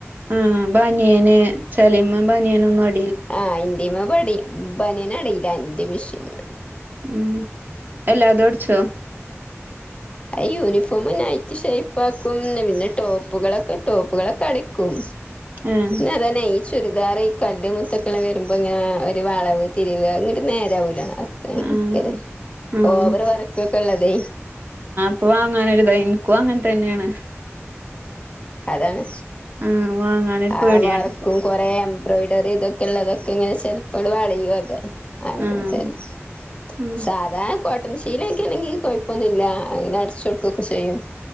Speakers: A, on the right (about 40°); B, on the left (about 25°).
A: ആഹ് ബനിയന് ചലിമാ ബനിയന് ഒന്നും അ
B: ആ ഇന്ത്യമ പടി ബനേൻ അടയി ൻന്റെ മെഷീന്
A: ഉം എല്ലാതോടിച്ചോ
B: അ യൂണിഫോം നൈറ്റി ഷേപ്പ് ആക്കും പിന്നെ ടോപ്പുകളൊക്കെ ടോപ്പുകളൊക്കെ അടിക്കും
A: ആഹ്
B: നതന്ന ചുരിദാർ ഈ കല്ല് മുത്തക്കള് വരുമ്പോങ്ങനെ ഒരു വളവ് തിരിവ് അങ്ങിട്ട് നേരാവലാണ് <unintelligible>
A: ആഹ് ആഹ്
B: ഓവറ് വർക്കൊക്കെ ഉള്ളത്
A: ഇപ്പ വാങ്ങാനൊരിത് എനിക്കു അങ്ങന തന്നെയാണ്
B: അതാണ്
A: ആഹ് വാങ്ങാനൊരു പേടിയാണ്
B: ആ വർക്കും
A: ഇപ്പൊ
B: കൊറേ എംബ്രോയ്ഡറി ഇതൊക്കെ ഉള്ളതൊക്കെ ഇങ്ങനെ ചിലപ്പള് വളയും അത് അങ്ങനെ
A: ആഹ്
B: <unintelligible>
A: ഉം
B: സാധാ പ പത്തം ശീല ഒക്കെ ഏണെങ്കി കൊഴപ്പൊന്നുല്ല അങ്ങനെ അടച്ച് കൊട്ക്കൊക്കെ ചെയ്യും